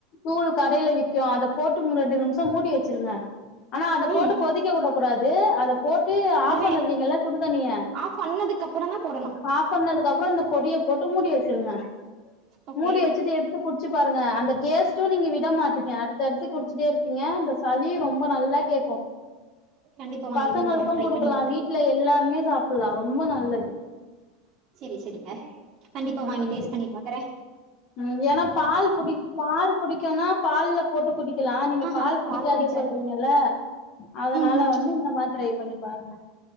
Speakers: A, on the left (about 45°); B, on the right (about 40°).
A: தூள் கடைல விக்கு அத போட்டு ரெண்டு நிமிசோ மூடி வச்சிருங்க ஆனா அத
B: ம்
A: போட்டு கொதிக்க உட கூடாது அத போட்டு
B: உடனே
A: ஆஃப் பண்ணறீங்க லா சுடுதண்ணிய
B: ஆஃப் பண்ணதுக்கு அப்புறோ தா போடணு
A: ஆஃப் பண்ணதுக்கு அப்புறோ இந்த பொடிய போட்டு மூடி வச்சிருங்க
B: ஓகே
A: மூடி வச்சுது எடுத் து குட்ச்சு பாருங்க அந்த டேஸ்ட்டு நீங்க விட மாட்டிங்க அ தடுத்து குடிச்சுட்டே இருப்பீங்க இந்த சளி ரொம்ப நல்லா கேக்கு
B: கண்டிப்பா வாங்கி
A: பசங்களுக்கு
B: குடிக்கிறே ட்ரை
A: குடுக்கலா
B: பண்ணி பாக்குறே
A: வீட்ல எல்லாருமே சாப்பல்லா‌ ரொம்ப நல்லது
B: சரி சரிங்க கண்டிப்பா
A: ம்
B: வாங்கி டேஸ்ட் பண்ணி பாக்கற
A: ம் ஏன்னா பால் புடி பால் புடிக்குன்னா பால்ல போட்டு குடிக்கலா நீங்க
B: ஆஹா
A: பால் புடிக்காது
B: பிடிக்காது
A: சொல்றீங்கல்ல அதனால
B: ம்
A: வந்து இந்த மாரி ட்ரை பண்ணி பாருங்க